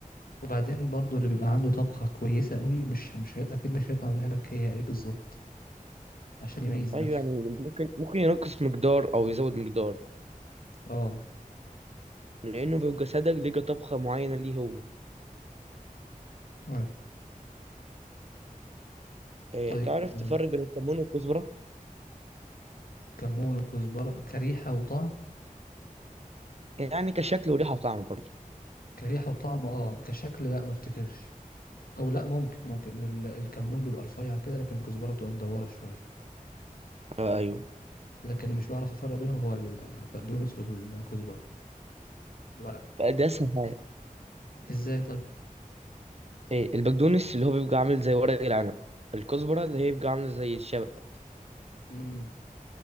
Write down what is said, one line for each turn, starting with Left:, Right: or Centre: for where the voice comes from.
Left: وبعدين برضو اللي بيبقى عنده طبخة كويسة قوي مش مش هي... أكيد مش هيطلع يقولها لك هي إيه بالظبط عشان يميز
Right: ايوه
Left: نفسه
Right: يعني ممكن ممكن ينقص مقدار او يزود مقدار
Left: أه
Right: لانه بيبقى صدق لقى طبخه معينه ليه هو
Left: أيوة.
Right: إيه
Left: طيب
Right: تعرف تفرق
Left: آه،
Right: بين الكمون والكزبره
Left: كمون وكزبرة كريحة وطعم
Right: يعني كشكل وريحه وطعم برضه
Left: كريحة وطعم اه كشكل لا ما افتكرش او لا ممكن ممكن ال- الكمون بيبقى رفيع كده لكن الكزبرة بتبقى مدورة شوية
Right: آه ايوه
Left: لكن اللي مش بعرف افرق بينهم هو البقدونس والكزبرة الورق
Right: بقى ده اسهل حاجه
Left: ازاي طيب
Right: إيه البقدونس اللي هو بيبقى عامل زي ورق العنب الكزبره اللي هي بيبقى عامله زي الشبت
Left: امم